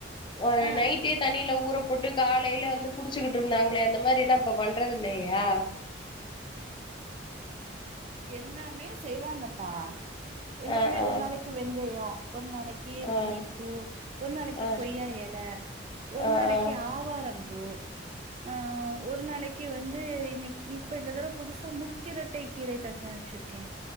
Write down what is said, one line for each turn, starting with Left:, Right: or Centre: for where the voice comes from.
Left: ஓ அது
Right: ஆ
Left: நைட்டே தண்ணீல ஊறப்போட்டு காலைல வந்து குடிச்சுக்கிட்டு இருந்தாங்ளே அந்த மாரி எல்லா இப்ப பண்றதில்லையா
Right: எல்லாமே செய்றாங்கப்பா எல்லாமே
Left: ஆ ஆ
Right: ஒரு நாளைக்கு வெந்தயோ ஒரு நாளைக் கி
Left: ஆ
Right: பன்னீர் பூ ஒரு நாளைக்கு
Left: ஆ
Right: கொய்யா எல ஒரு
Left: ஆ
Right: நாளைக்கு
Left: ஆ
Right: ஆவாரம் பூ ஆ ஒரு நாளைக்கு வந்து இன்னைக் இப்ப இந்த தரவ புதுசா மு க்கிரட்டை கீரை தந்து அம்ச்சிருக்க